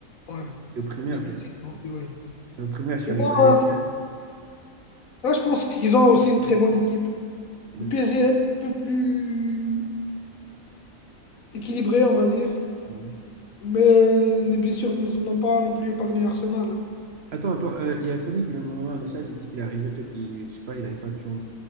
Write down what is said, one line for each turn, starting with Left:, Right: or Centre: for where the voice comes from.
Left: Ouais,
Right: J'étais au primaire,
Left: Deux mille
Right: frère.
Left: six oui, Ouais.
Right: J'étais au primaire, je suis
Left: Et
Right: arrivé
Left: bon,
Right: avec
Left: hein.
Right: eux.
Left: Ah, je pense qu'ils ont aussi une très bonne équipe.
Right: Mm,
Left: Le PSG est un peu plus équilibré, on va dire,
Right: mm.
Left: mais euh, les blessures ne- n'ont pas non plus épargné Arsenal. hein.
Right: Attends, attends, euh, il y a Samy qui vient de m'envoyer un message. Il dit qu'il est arrivé, peut-être qu'il, je sais pas, il n'arrive pas de joindre.